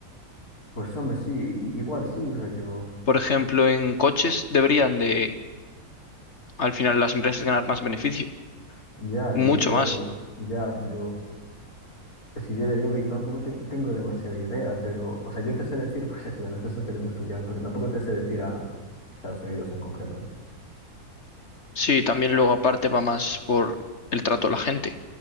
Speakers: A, on the left; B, on the left.
A: Pues hombre, sí, i- igual sí, rollo.
B: Por ejemplo, en coches deberían de, al final, las empresas ganar más beneficio,
A: Ya,
B: mucho
A: i- igual,
B: más.
A: ya, yo, es que yo le digo que yo tampoco te- tengo demasiada idea, pero, o sea, yo te sé decir, pues eso, de las cosas que debo estudiar, pero tampoco te sé decir a Estados Unidos en concreto.
B: Sí, también luego aparte va más por el trato a la gente.